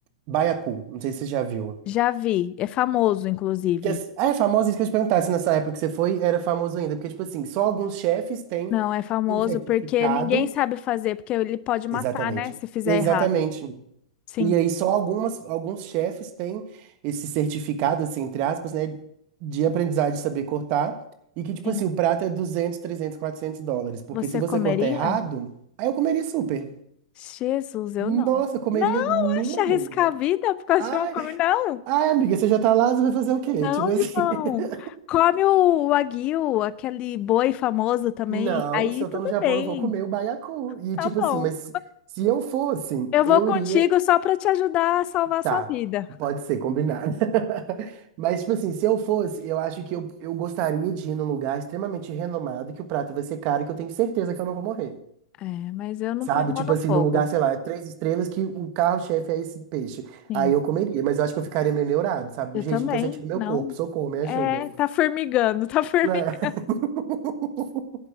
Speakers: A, on the right; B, on the left.
A: baiacu. Não sei se você já viu.
B: Já vi, é famoso, inclusive.
A: Que é, ah, é famoso, isso que eu te perguntar, se nessa época que você foi era famoso ainda. Porque, tipo assim, só alguns chefes têm
B: Não, é famoso
A: um certificado.
B: porque ninguém sabe fazer, porque ele pode matar,
A: Exatamente.
B: né, se fizer
A: Exatamente.
B: errado. Sim,
A: E aí só algumas, alguns chefes têm esse certificado, assim, entre aspas, né, de aprendizagem de saber cortar, e que, tipo
B: sim.
A: assim, o prato é duzentos trezentos quatrocentos dólares, porque
B: Você
A: se você
B: comeria?
A: cortar errado, aí eu comeria super.
B: Jesus, eu
A: Nossa,
B: não.
A: eu comeria
B: Não,
A: numa
B: acha arriscar
A: boa.
B: a vida por causa
A: Ai,
B: de uma come não.
A: ai, amiga, você já tá lá, você vai fazer o quê?
B: Não,
A: Tipo assim,
B: João.
A: <laughs>
B: Come o wagyu, aquele boi famoso também.
A: não,
B: Aí
A: se eu
B: tudo
A: tô no Japão,
B: bem.
A: eu vou comer o baiacu. E
B: Tá
A: tipo
B: bom.
A: assim, mas se eu fosse,
B: Eu
A: eu
B: vou contigo
A: iria
B: só para te ajudar a salvar a
A: Tá,
B: sua vida.
A: pode ser, combinado. <laughs> Mas, tipo assim, se eu fosse, eu acho que eu, eu gostaria de ir num lugar extremamente renomado, que o prato vai ser caro e que eu tenho certeza que eu não vou morrer.
B: É, mas eu não
A: Sabe?
B: ponho mão
A: Tipo
B: no
A: assim,
B: fogo.
A: num lugar, sei lá, três estrelas, que o carro-chefe é esse peixe.
B: Sim,
A: Aí eu comeria, mas eu acho que eu ficaria meio neurado, sabe?
B: eu
A: Gente,
B: também.
A: não tô sentindo meu
B: Não.
A: corpo, socorro, me ajuda.
B: É, tá formigando, <laughs> tá formigando.
A: É. <laughs>